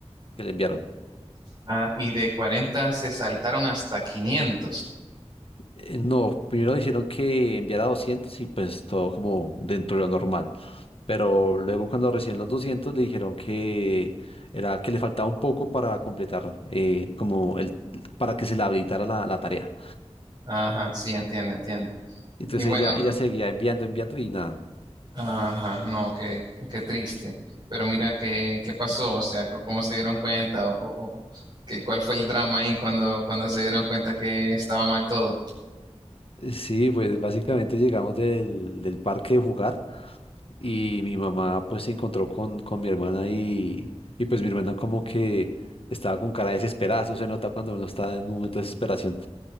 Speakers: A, on the left; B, on the right.
A: que le enviaron.
B: Ah, y de 40 se saltaron hasta quinientos
A: Eh, No, primero dijeron que enviara 200 y pues todo como dentro de lo normal. Pero luego cuando recién los 200 le dijeron que era que le faltaba un poco para completar, eh, como el, para que se le habilitara la, la tarea.
B: Ajá, sí, entiendo, entiendo.
A: Entonces
B: Y bueno,
A: ella, ella seguía enviando, enviando y nada.
B: ajá, no, qué, qué triste. Pero mira, qué, qué pasó, o sea, co- cómo se dieron cuenta, o, o- o que, cuál fue el drama ahí cuando, cuando se dieron cuenta que estaba mal todo.
A: Eh, Sí, pues básicamente llegamos del, del parque de jugar y mi mamá pues se encontró con, con mi hermana y, y pues mi hermana como que estaba con cara desesperada, eso se nota cuando uno está en un momento de desesperación.